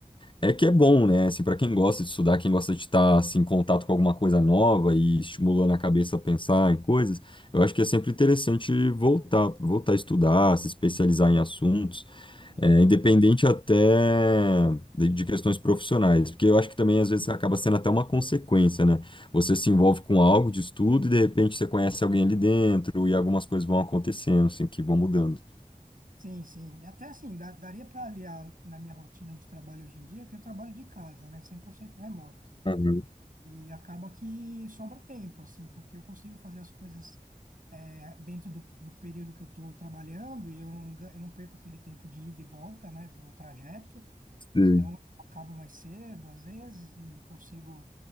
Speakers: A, on the left (about 35°); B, on the right (about 65°).
A: É que é bom, né? Assim, para quem gosta de estudar, quem gosta de estar assim, em contato com alguma coisa nova e estimulando a cabeça a pensar em coisas, eu acho que é sempre interessante voltar, voltar a estudar, se especializar em assuntos,
B: Sim,
A: é, independente até de, de questões profissionais, porque eu acho que também às vezes acaba sendo até uma consequência, né? Você se envolve com algo de estudo e de repente você conhece alguém ali dentro e algumas coisas vão acontecendo, assim, que vão mudando.
B: sim. sim. E até assim, dá, daria para aliar na minha rotina de trabalho hoje em dia, que eu trabalho de casa, né? cem por cento remoto.
A: Uhum.
B: E acaba que sobra tempo, assim, porque eu consigo fazer as coisas é, dentro do, do período que eu estou trabalhando e eu não, ga- eu não perco aquele tempo de ida e volta, né, do trajeto.
A: Sei.
B: Então, eu acabo mais cedo, às vezes, e consigo